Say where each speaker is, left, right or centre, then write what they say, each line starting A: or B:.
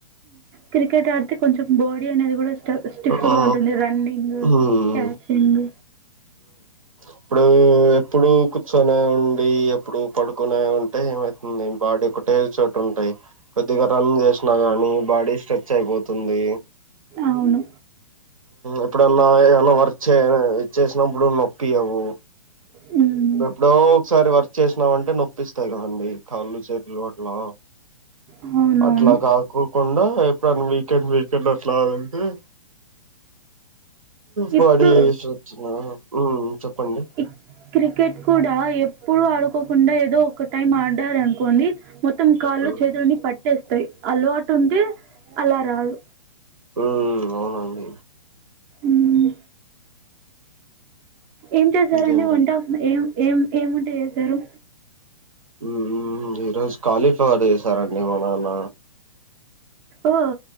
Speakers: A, on the right; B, on the right.
A: క్రికెట్ ఆడితే కొంచెం బాడీ అనేది కూడా స్టిఫ్
B: ఆ
A: గా ఉంటుంది రన్నింగ్
B: మ్మ్
A: క్యాచింగ్
B: ఇప్పుడు ఎప్పుడు కూర్చొని ఉండి ఎప్పుడు పడు నే ఉంటే ఏమవుతుంది బాడీ ఒకటే చోటు ఉంటాయి కొద్దిగా రన్ చేసిన గాని బాడీ స్ట్రెచ్ అయిపోతుంది
A: అవును
B: ఎప్పుడన్నా ఏన్నా వర్క్ చే చేసినాప్పుడు నొప్పియవు
A: హ్మ్.
B: ఎప్పుడో ఒకసారి వర్క్ చేసినామ్ అంటే నొప్పిస్త్ నోత్తాయి కదండి కాళ్ళు చేతులు అట్లా
A: అవునవును
B: అట్లా కాకుకోండా ఎప్పుడైనా వీకెండ్ వీకెండ్ వ ఫలాను ఉమ్ బడీ
A: ఇప్పుడు
B: చేసి వచ్చిన ఉమ్ చెప్పండి
A: ఈ క్రికెట్ కూడా ఎప్పుడు ఆడుకోకుండా ఏదో ఒక్క టైం ఆడారు అనుకోండి మొత్తం కాల్లో
B: ఉమ్
A: చేతులన్ని పట్ తెస్తాయి అలవాటు ఉంటే అలా రాదు
B: ఉ అవునండి
A: ఉ ఏం చేశారని
B: ఇంకేంట
A: వంట ఏం ఏం ఏం వంట చేస్తారు
B: ఉ ఉ ఉ ఈ రోజు కాలీఫ్లవర్ చేసారండి మా నాన్న
A: ఓ